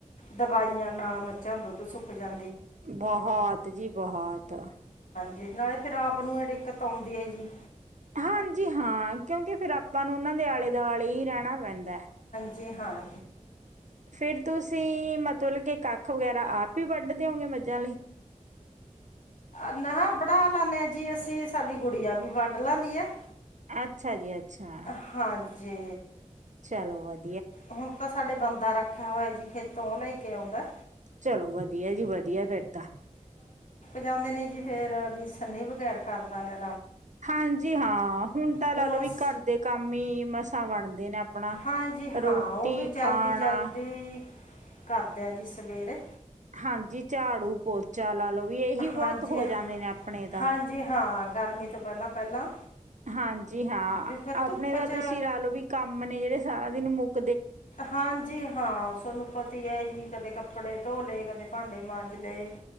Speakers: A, on the left; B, on the right.
A: ਦਵਾਈਆਂ ਨਾਲ ਮੱਝਾਂ ਦੁੱਧ ਸੁੱਕ ਜਾਂ
B: ਬਹੁਤ ਜੀ ਬਹੁਤ।
A: ਜੀ ਨਾਲੇ ਫੇਰ ਆਪ ਨੂੰ ਇਹ ਦਿੱਕਤ ਆਉਂਦੀ ਹੈ ਜੀ।
B: ਹਾਂਜੀ ਹਾਂ ਕਿਉਂਕਿ ਫਿਰ ਆਪਾਂ ਨੂੰ ਉਹਨਾਂ ਦੇ ਆਲੇ ਦੁਆਲੇ ਹੀ ਰਹਿਣਾ ਪੈਂਦਾ।
A: <unintelligible> ਹਾਂ
B: ਫਿਰ ਤੁਸੀਂ ਮਤਲਬ ਕੇ ਕੱਖ ਵਗੈਰਾ ਆਪ ਹੀ ਵੱਢਦੇਓਗੇ ਮੱਝਾਂ ਲਈ।
A: ਨਾ ਬਢਾ ਲਾਦੇੇ ਆ ਜੀ ਅਸੀਂ ਸਾਡੀ ਗੁੜੀਆ ਵੀ ਵੰਢ ਲਾਂਦੀ ਆ।
B: ਅੱਛਾ ਜੀ ਅੱਛਾ
A: ਹਾਂਜੀ
B: ਚਲੋ ਵਧੀ
A: ਹੁਣ ਤਾਂ ਸਾਡੇ ਬੰਦਾ ਰੱਖਿਆ ਹੋਇਆ ਜੀ ਖੇਤੋਂ ਲੈ ਕੇ ਆਉਂਦਾ।
B: ਚਲੋ ਵਧੀਆ ਜੀ ਵਧੀਆ ਫੇਰ ਤਾਂ।
A: ਜਾਦੇ ਨੇ ਜੀ ਫੇਰ ਵੀ ਸੰਨੀ ਵਗੈਰ ਕਰਦਾ ਨੇ
B: ਹਾਂਜੀ ਹਾਂ ਹੁਣ ਤਾਂ
A: ਉਹ
B: ਲਾ ਲਓ ਵੀ
A: ਅਸ
B: ਘਰ ਦੇ ਕੰਮ ਹੀ ਮਸਾਂ ਵਣਦੇ ਨੇ ਆਪਣਾ।
A: ਹਾਂਜੀ ਹਾਂ
B: ਰੋਟੀ
A: ਉਹ ਵੀ ਜਲਦੀ-ਜਲਦੀ
B: ਖਾਣਾ
A: ਕਰਦੇ ਆਂ ਜੀ ਸਵੇਰੇ।
B: ਹਾਂਜੀ ਝਾੜੂ ਪੋਚਾ ਲਾਲੋ ਵੀ ਇਹੀ ਬਹੁਤ
A: ਹਾਂਜੀ
B: ਹੋ ਜਾਂਦੇ ਨੇ ਆਪਣੇ ਤਾਂ।
A: ਹਾਂਜੀ ਹਾਂ ਗਰਮੀ ਤੋਂ ਪਹਿਲਾਂ ਪਹਿਲਾਂ
B: ਹਾਂਜੀ ਹਾਂ
A: ਵੀ ਫਿਰ
B: ਆਪਣੇ
A: ਧੁੱਪ
B: ਤਾਂ
A: 'ਚ
B: ਤੁਸੀਂ ਲਾ ਲਓ ਵੀ ਕੰਮ ਨੇ ਜਿਹੜੇ ਸਾਰਾ ਦਿਨ ਮੁਕ
A: ਹਾਂਜੀ ਹਾਂ ਸੋਨੂ ਪਤੀ ਹੈ ਜੀ ਕਦੇ ਕੱਪੜੇ ਧੋ ਲਏ ਕਦੇ ਭਾਂਡੇ ਮਾਂਜ ਲਏ।